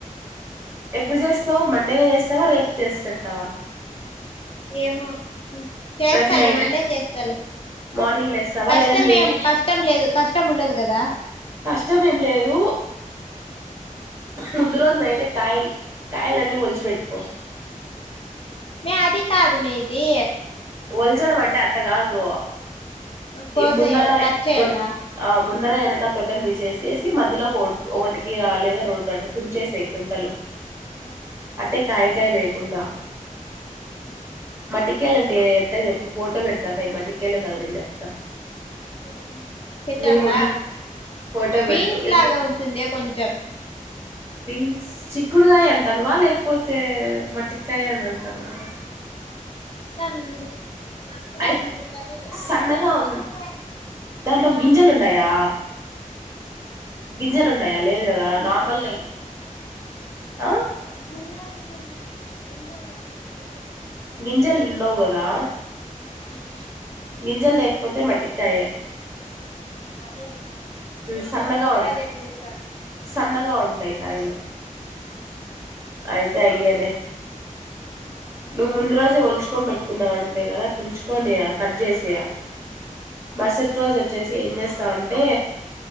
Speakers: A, on the right (about 20°); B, on the left (about 40°).
A: ఎప్పుడు చేస్తావ్? మండేనే చేస్తావా, రేపు చేసి పెడతావా?
B: ఏమో చేస్తాలే
A: రేపు నైట్
B: మండే చేస్తాలే
A: మార్నింగ్ లేస్తావా
B: కష్టం
A: లేదంటే నేను
B: ఏం కష్టం లేదు కష్టం ఉండదు కదా.
A: కష్టం ఏం లేదు ముందు రోజు నైటే కాయలు కాయలన్నీ ఒలిచిపెట్టుకో.
B: మ్మే! అది కాదుమ్మే! ఇది.
A: ఒల్చడం అంటే అట్ట కాదు
B: కోసేయాల
A: ఈ ముందర
B: కట్ చేయాలా
A: మున్ ఆ ముందర వెనుక తొట్టెం తీసేసేసి మధ్యలో ఒకటికి లేదా రెండు అట్ట తుంచేసేయ్ తుంటలు
B: ఆహా
A: అంటే కాయ కాయ వేయకుండా
B: <inaudible>
A: మట్టి కాయలు అంటే ఎట్ట చెప్పు ఫోటో పెట్టు నాకు అవి మటి కాయలో కాదో నేను చెప్తా <inaudible>
B: ఆ పెట్టాలా
A: మీ ఊర్లో ఫోటో
B: బీన్స్
A: పెట్టు ఎందు
B: లాగా ఉంటుందే కొంచెం
A: బీన్స్ చిక్కుడుకాయ అంటాన్నవా లేకపోతే మట్టికాయ అని అంటాన్నవా
B: పెత్తన్న ఉండు నాకు కూడా
A: అయి
B: అది తెలిదు మేము
A: సన్నగా
B: దాన్ని
A: ఉ
B: చిక్కుడుకాయ అంటాం
A: దాంట్లో
B: ఆ
A: గింజలు
B: సన్నగా
A: ఉన్నాయా
B: ఉంటు
A: గింజలు ఉన్నాయా లేదు కదా నార్మలే ఆ
B: చిన్నవి గింజలు దాని లో <inaudible>
A: గింజలు ఉండవు కదా
B: ఉహు
A: గింజలు లేకపోతే మట్టిక్కాయే
B: ఉ అదేలే జోగి
A: సన్నగావను
B: వాళ్ళు కూడా అదే పిలుస్తారు
A: సన్నగావను ఉట్టేయ కాయలు అయితే అయ్యాలే నువ్వు ముందు రోజే వల్చుకోనిబేట్టి తున్న అంటే కదా తించుకొని కట్ చేసి మరుసటి రోజు వచ్చేసి ఏం చేస్తావు అంటే